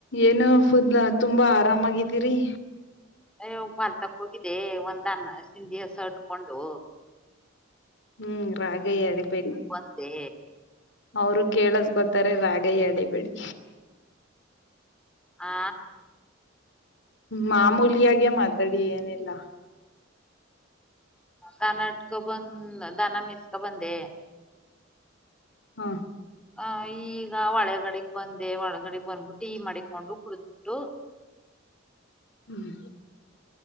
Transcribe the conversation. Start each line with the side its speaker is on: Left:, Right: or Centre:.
Left: ಏನು ಫುಡ್ ತುಂಬಾ ಆರಾಮಾಗಿದ್ದೀರಿ.
Centre: ಅಯ ಹೋಗ ಮಾಲ್ತಕ್ ಹೋಗಿದ್ದೆ ಒಂದನ್ ಸಿಂಧಿಸ ಉಟ್ಕೊಂಡು.
Left: ಹ್ಮ್ ರಾಗಯ್ಯಡಿಬೇಡಿ
Centre: ಬಂದೆ
Left: ಅವರು ಕೇಳಸ್ ಗೊತ್ತ. ಕೇಳಿಸ್ಕೋತಾರೆ ರಾಗ ಹೇಳಿಬಿಡಿ.
Centre: ಆ.
Left: ಮಾಮೂಲಿಯಾಗೆ ಮಾತಾಡಿ ಏನಿಲ್ಲ.
Centre: ಕಾನಟ್ಕ ಬಂದ ದನ ಮೆಸ್ಕ ಬಂದೆ.
Left: ಹಾ.
Centre: ಹ ಈಗ ಒಳಗಡೆಗ್ ಬಂದೆ ಒಳಗಡೆಗ್ ಬಂದ್ಬಿಟ್ಟು ಟಿ ಮಾಡಿಕೊಂಡು ಕುಡ. ಕೊಂಡು.
Left: ಹ್ಮ್